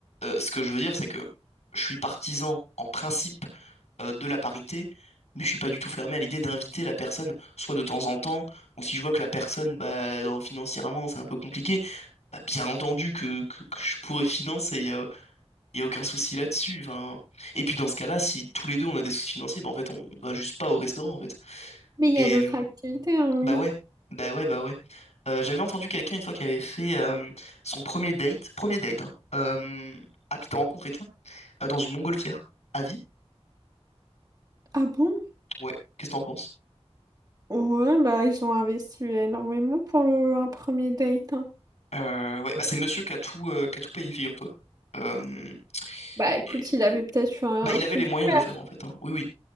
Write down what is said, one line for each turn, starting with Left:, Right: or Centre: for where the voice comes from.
Left: euh, ce que je veux dire, c'est que je suis partisan en principe euh, de la parité, mais je suis pas du tout fermé à l'idée d'inviter la personne, soit de temps en temps, ou si je vois que la personne, bah dans- financièrement, c'est un peu compliqué. Bah bien entendu que que, que je pourrais financer. Il n'y a aucun souci là-dessus. Enfin... Et puis dans ce cas-là, si tous les deux on a des soucis financiers, bah en fait on va juste pas au restaurant en fait.
Right: Mais il
Left: Et
Right: y a d'autres
Left: euh,
Right: activités, hein, oui.
Left: bah ouais, bah ouais, bah ouais. Euh, j'avais entendu quelqu'un une fois qui avait fait euh, son premier date, premier date, hein, euh, app de rencontre et tout, euh, dans une montgolfière. À vie?
Right: Ah bon?
Left: Ouais, qu'est-ce que t'en penses?
Right: Ouais, bah ils ont investi énormément pour le, un premier date. hein.
Left: Euh, ouais, bah c'est monsieur qui a tout, euh, qui a tout payé, figure-toi. Euh,
Right: Bah écoute,
Left: et-
Right: il avait peut-être eu un
Left: bah il
Right: coup
Left: avait les
Right: de
Left: moyens
Right: cœur.
Left: de le faire en fait. hein. Oui, oui.